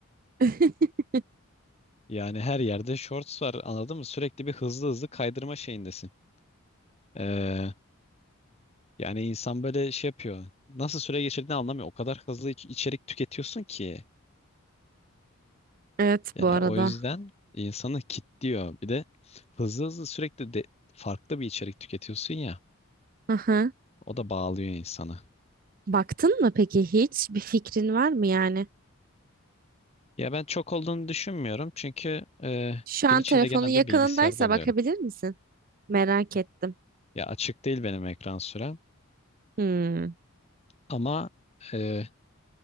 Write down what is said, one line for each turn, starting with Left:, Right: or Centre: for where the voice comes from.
Right: <laughs>
Left: Yani her yerde Shorts var anladın mı? Sürekli bir hızlı hızlı kaydırma şeyindesin. Ee, yani insan böyle şey yapıyor. Nasıl süre geçirdiğini anlamıyor. O kadar hızlı iç- içerik tüketiyorsun ki.
Right: Evet
Left: Yani
Right: bu arada.
Left: o yüzden insanı kilitliyor. Bir de hızlı hızlı sürekli de farklı bir içerik tüketiyorsun ya.
Right: Aha.
Left: O da bağlıyor insanı.
Right: Baktın mı peki hiç? Bir fikrin var mı yani?
Left: Ya ben çok olduğunu düşünmüyorum çünkü e,
Right: Şu
Left: gün
Right: an
Left: içinde
Right: telefonun
Left: genelde
Right: yakınındaysa
Left: bilgisayarda oluyorum.
Right: bakabilir misin? Merak ettim.
Left: Ya açık değil benim ekran sürem
Right: Hmm.
Left: ama e,